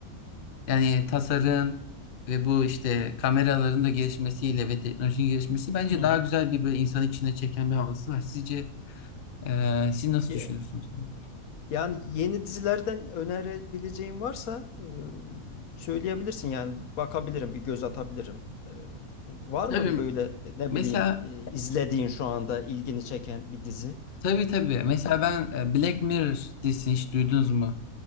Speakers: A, on the left; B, on the left.
A: yani tasarım ve bu işte kameraların da gelişmesiyle ve teknolojinin gelişmesi bence
B: Hı
A: daha
B: hı.
A: güzel bir böyle insanı içine çeken bir havası var. Sizce e, siz nasıl
B: Ye-
A: düşünüyorsunuz? Yani?
B: Yani yeni dizilerden önerebileceğin varsa e, söyleyebilirsin yani bakabilirim bir göz atabilirim. E, Var
A: Tabii
B: mı böyle e, ne
A: mesela
B: bileyim e, izlediğin şu anda ilgini çeken bir dizi?
A: Tabii tabii. Mesela ben e, Black Mirror dizisini hiç duydunuz mu?